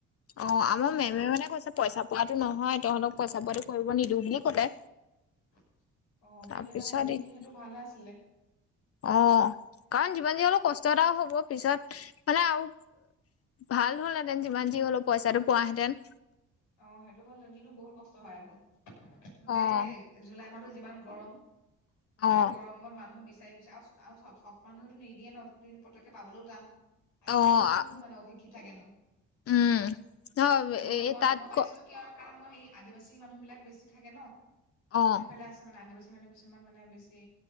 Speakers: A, on the left; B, on the left.
A: অঁ আমাৰ মেমে মানে কৈছে পইচা পোৱাটো নহয় তহঁতক পইচা পোৱাটো কৰিব নিদিওঁ বুলি কলে।
B: <inaudible> কেলেবা
A: তাৰপিছত
B: সেইটো নিদিয়ে
A: <unintelligible>
B: সেইটো ভালহে আছিলে
A: অঁ কাৰণ যিমান যি হলেও কষ্ট কষ্ট এটা হ'ব পিছত মানে আৰু ভাল হ'লহেঁতেন যিমান যি হ'লেওঁ পইচাটো পোৱাহেঁতেন।
B: অঁ, সেইটো ভাল ন কিন্তু বহুত কষ্ট হয় আকৌ। গোটেই
A: অ',
B: জুলাই মাহতো যিমান গৰম গোটেই
A: অ',
B: গৰমত মানুহ বিছ <unintelligible> পিছে চব- চব মানুহেতো নিদিয়ে ন, তুমি পতকে পাবলেও টান। আজিকালিনো
A: অঁ,
B: কোননো মানে অশিক্ষিত থাকেনো
A: উম নহ
B: হ'লেও
A: এই
B: মই
A: তাত
B: মই পাইছিলো
A: ক
B: কি কাৰণ মই সেই আদিবাসী মানুহ বিলাক বেছি থাকে ন।
A: অ',
B: আমাৰ সেইফালে আছে মানে আদিবাসী মানুহ কিছুমান মানে বেছি